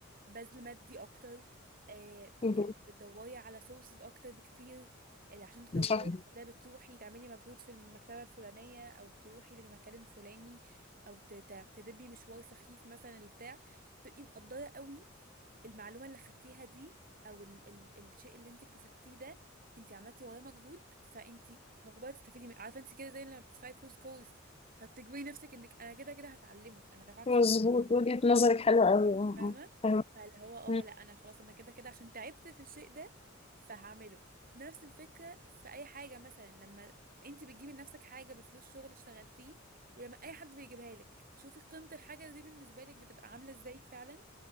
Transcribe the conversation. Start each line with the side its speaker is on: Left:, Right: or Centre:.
Right: بذل مادي اكتر آه
Left: مهم.
Right: يعني بتدوري على سورسز اكتر بكتير اللي عشان تدوري
Left: صح
Right: على ده بتروحي تعملي مجهود في المكتبة الفلانية او تروحي للمكان الفلاني او ت- ت- تدبي مشوار سخيف مثلا البتاع بتبقي مقدرة قوي المعلومة اللي خدتيها دي او ال ال الشيء اللي انت اكتسبتيه ده انت عملتي وراه مجهود فانت مجبرة تستفيدي منه عارفة انت كده زي لما بتدفعي فلوس كورس فبتجبري نفسك انك انا كده كده هتعلمه انا دفعت
Left: مظبوط
Right: فيه،
Left: وجهة نظرك حلوة قوي اه
Right: فاهمه
Left: اه فاهمة.
Right: فاللي هو اه
Left: مم.
Right: لا انا خلاص انا كده كده عشان تعبت في الشيء ده فهعمله نفس الفكره في اي حاجه مثلا لما انت بتجيبي لنفسك حاجه بفلوس شغل اشتغلتيه ولما اي حد بيجيبها لك شوفي قيمه الحاجه دي بالنسبه لك بتبقى عامله ازاي فعلا